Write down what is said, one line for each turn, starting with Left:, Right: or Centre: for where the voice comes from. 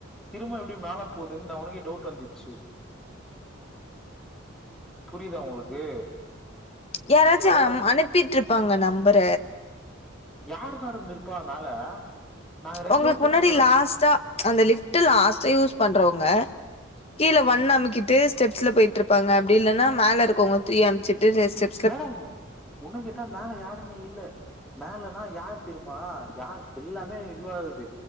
Centre: திரும்ப எப்டி மேலே போதுன் அவுனுக்கே டவுட் வந்துச்சு புரிதா உங்களுக்கு
Left: யாராச்சு
Centre: அதுல
Left: அம் அனுப்பிட்ருப்பாங்க நம்பர
Centre: யாரு மேடம் இருப்பாங் மேல நாங்க ரெண்டே
Left: உங்ளுக்
Centre: பேர்
Left: முன்னாடி
Centre: தான் மேடம்
Left: லாஸ்ட்டா அந்த லிஃப்ட்டு லாஸ்ட்டா யூஸ் பண்றவங்க கீழ ஒண்ண அமுக்கிட்டு ஸ்டெப்ஸ்ல போய்ட்டுருப்பாங்க அப்டி இல்லனா மேல இருக்கோவ்ங்க த்ரீய அம்ச்சிட்டு ர செப்
Centre: மேடம் உன்னுங்கேட்டா மேல யாருமே இல்ல மேலன்னா யார் தெரிமா யா எல்லாமே இதுவாகுது